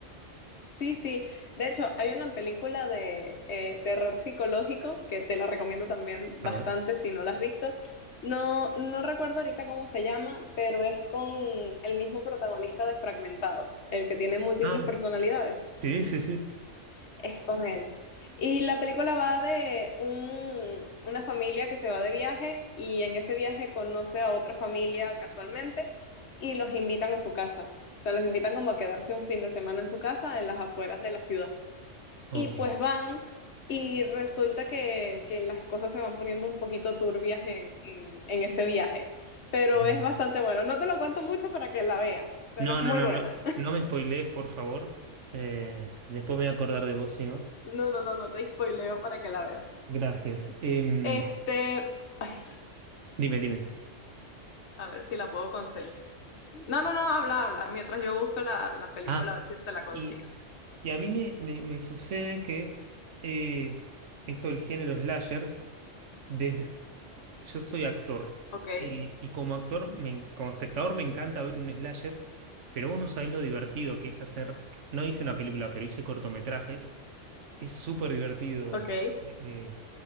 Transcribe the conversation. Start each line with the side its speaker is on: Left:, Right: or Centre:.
Left: Sí, sí. De hecho, hay una película de eh, terror psicológico que te la recomiendo también bastante
Right: A ver.
Left: si no la has visto. No, no recuerdo ahorita cómo se llama, pero es con el mismo protagonista de Fragmentados, el que tiene múltiples
Right: Ah,
Left: personalidades.
Right: sí, sí, sí.
Left: Es con él. Y la película va de un- una familia que se va de viaje y en ese viaje conoce a otra familia casualmente y los invitan a su casa. O sea, los invitan como a quedarse un fin de semana en su casa en las afueras de la ciudad.
Right: Ok.
Left: Y pues van y resulta que, que las cosas se van poniendo un poquito turbias en, en en ese viaje. Pero
Right: Mm.
Left: es bastante bueno. No te lo cuento mucho para que la veas, pero
Right: No,
Left: es muy
Right: no, no,
Left: buena.
Right: no.
Left: <laughs>
Right: No me spoilees, por favor. Eh, después me voy a acordar de vos, si no.
Left: No, no, no, no te spoileo para que la veas.
Right: Gracias. Em,
Left: Este, ay,
Right: dime, dime.
Left: A ver si la puedo conseguir. No, no, no, habla, habla. Mientras yo busco la, la película,
Right: Ah,
Left: a ver si te la consigo.
Right: y, y a mí me, me, me sucede que eh, esto del género slasher, des- yo soy actor
Left: Ok,
Right: y, y como actor, me en- como espectador me encanta ver un slasher, pero vos no sabés lo divertido que es hacer, no hice una película, pero hice cortometrajes, es súper divertido.
Left: ok.
Right: Eh, eh,